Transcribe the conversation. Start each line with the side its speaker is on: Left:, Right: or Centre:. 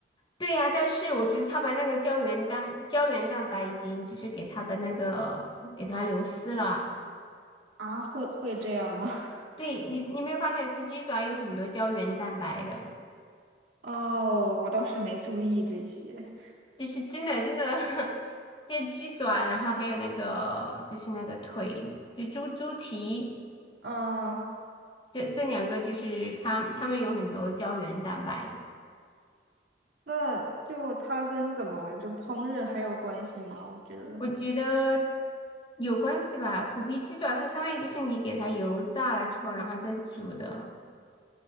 Left: 对呀，但是我觉得它把那个胶原蛋胶原蛋白已经就是给它的那个给它流失了，
Right: 啊，会会这样吗？<laughs>
Left: 对你，你没有发现吃鸡爪有很多胶原蛋白的，
Right: 哦，我倒是没注意这些。
Left: 就是真的真的，<laughs> 这鸡爪，然后还有那个就是那个腿，就猪猪蹄，
Right: 啊，
Left: 这这两个就是它它们有很多胶原蛋白，
Right: 那就它跟怎么就烹饪还有关系吗？我觉得，
Left: 我觉得有关系吧。虎皮鸡爪它相当于就是你给它油炸了之后，然后再煮的。